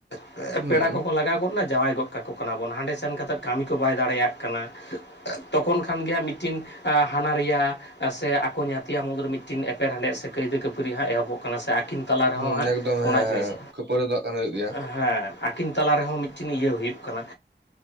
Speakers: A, on the left; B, on the right.
A: <unintelligible>
B: ᱦᱩᱸ
A: ᱯᱮᱲᱟ ᱠᱚᱠᱚ ᱞᱟᱜᱟᱣ ᱜᱚᱫᱱᱟ ᱡᱟᱶᱟᱭ ᱜᱚᱫ ᱠᱟᱠᱚ ᱠᱟᱱᱟ ᱵᱚᱱ ᱦᱟᱸᱰᱮ ᱥᱮᱱ ᱠᱟᱛᱮᱫ ᱠᱟᱹᱢᱤ ᱠᱚ ᱵᱟᱭ ᱫᱟᱲᱮᱭᱟᱜ ᱠᱟᱱᱟ <unintelligible> ᱛᱚᱠᱷᱚᱱ ᱠᱷᱟᱱ ᱜᱮᱭᱟ ᱢᱤᱫᱴᱤᱱ ᱦᱟᱱᱟ ᱨᱮᱭᱟ ᱥᱮ ᱟᱠᱚ ᱧᱟᱛᱭᱟᱜ ᱢᱩᱫᱽᱨᱮ ᱢᱤᱫᱴᱤᱱ ᱮᱯᱮᱨᱦᱮᱰᱮᱫ ᱥᱮ ᱠᱟᱹᱭᱫᱟᱹ ᱠᱟᱹᱯᱟᱹᱨᱤ ᱦᱟᱸᱜ ᱮᱦᱚᱵᱚᱜ ᱠᱟᱱᱟ ᱥᱮ ᱟᱹᱠᱤᱱ᱾ ᱛᱟᱞᱟ ᱨᱮᱦᱚᱸ
B: ᱦᱩᱸ
A: ᱦᱟᱸᱜ
B: ᱮᱠᱫᱚᱢ
A: ᱚᱱᱟ
B: ᱦᱮᱸ
A: ᱡᱤᱱᱤᱥ
B: ᱦᱮᱸ ᱠᱷᱟᱹᱯᱟᱹᱨᱤ ᱫᱚ ᱦᱟᱸᱜ ᱠᱷᱟᱱ ᱦᱩᱭᱩᱜ ᱜᱮᱭᱟ
A: ᱦᱮᱸ ᱟᱹᱠᱤᱱ ᱛᱟᱞᱟ ᱨᱮᱦᱚᱸ ᱢᱤᱫᱴᱤᱱ ᱤᱭᱟᱹ ᱦᱩᱭᱩᱜ ᱠᱟᱱᱟ᱾